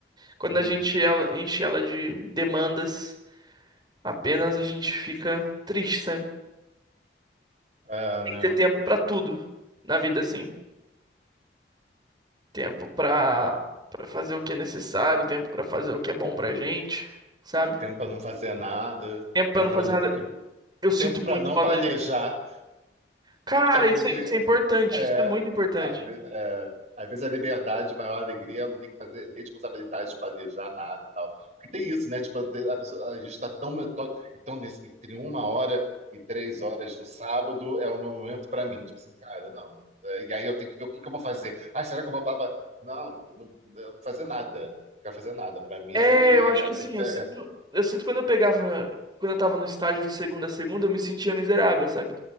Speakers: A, on the right; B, on the right.
A: Quando
B: Uhum.
A: a gente ela- enche ela de demandas, apenas a gente fica triste, sabe?
B: É,
A: Tem
B: né?
A: que ter tempo pra tudo na vida, assim. Tempo pra
B: É.
A: para fazer o que é necessário, tempo pra fazer o que é bom pra gente, sabe?
B: Tempo para não fazer nada,
A: Tempo pra
B: tempo
A: não fazer
B: para não
A: nada.
B: ter que,
A: Eu sinto
B: tempo para
A: muito
B: não
A: falta
B: planejar.
A: de. Cara,
B: Às vezes,
A: isso é, isso é importante,
B: é,
A: isso é muito importante.
B: às ve- é, às vezes a liberdade, a maior alegria, é não tem que fazer responsabilidade de planejar nada e tal. Porque tem isso, né? Tipo, tem- a pessoa- a gente está tão metódico. Então, nesse, entre uma hora e três horas do sábado é o meu momento para mim. Tipo assim, cara, não. É, E aí eu tenho que ver o que que eu vou fazer. Ah, será que eu vou para. Não, eu não, eu não vou fazer nada. Não quero fazer nada. Para mim,
A: É,
B: a alegria
A: eu acho
B: é
A: que
B: o.
A: assim,
B: de-
A: eu
B: <laughs>
A: sinto, eu sinto quando eu pegava, quando eu tava no estágio de segunda a segunda, eu me sentia miserável, sabe?